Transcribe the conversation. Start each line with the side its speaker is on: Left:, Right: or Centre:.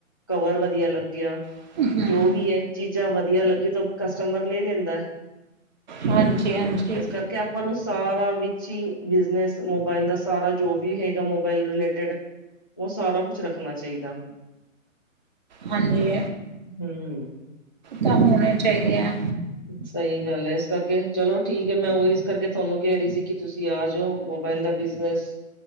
Left: ਕਵਰ ਵਧੀਆ ਲੱਗਿਆ
Right: ਹਮ
Left: ਜੋ ਵੀ ਐ। ਚੀਜ਼ਾਂ ਵਧੀਆ ਲੱਗੀ ਤੋਂ ਕਸਟਮਰ ਲੇ ਲੇੰਦੈ
Right: ਹਾਂਜੀ ਹਾਂਜੀ
Left: ਇਸ ਕਰਕੇ ਅਪਾਂ ਨੂੰ ਸਾਰਾ ਵਿੱਚ ਹੀ ਬਿਜਨਸ ਮੋਬਾਇਲ ਦਾ ਸਾਰਾ ਜੋ ਵੀ ਹੈਗਾ ਮੋਬਾਇਲ ਰਿਲੇਟਿਡ ਔ ਸਾਰਾ ਕੁਛ ਰੱਖਣਾ ਚਾਈਦਾ।
Right: ਹਾਂਜੀ,
Left: ਹਮ
Right: ਤਾਂ ਹੋਣੇ ਚਾਹੀਦੇ ਐ।
Left: ਸਹੀ ਗੱਲ ਹੈ ਇਸ ਕਰਕੇ ਚਲੋ ਠੀਕ ਹੈ ਮੈਂ ਵੋ ਇਸ ਕਰਕੇ ਤੁਹੈਨੂੰ ਕੈ ਰੀ ਸੀ ਕੀ ਤੁਸੀਂ ਆ ਜੋ ਮੋਬਾਇਲ ਦਾ ਬਿਜਨਸ